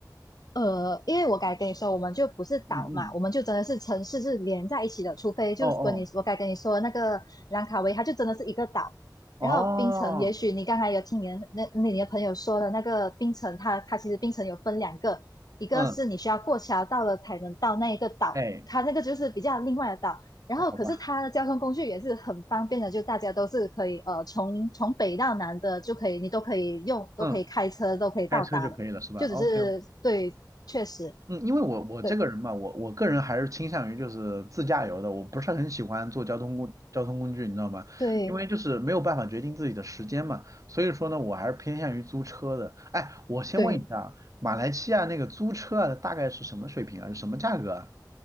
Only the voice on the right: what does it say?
嗯嗯，
哦哦
哦，
嗯，哎，
我好吧，
嗯，
开车就可以了，是吧？OK
嗯，因为我我这个人嘛，
我我个人还是倾向于就是自驾游的，我不是很喜欢坐交通工交通工具，你知道吗？
因为就是没有办法决定自己的时间嘛，所以说呢，我还是偏向于租车的。哎，我先问一下啊，
马来西亚那个租车啊，大概是什么水平啊？是什么价格啊？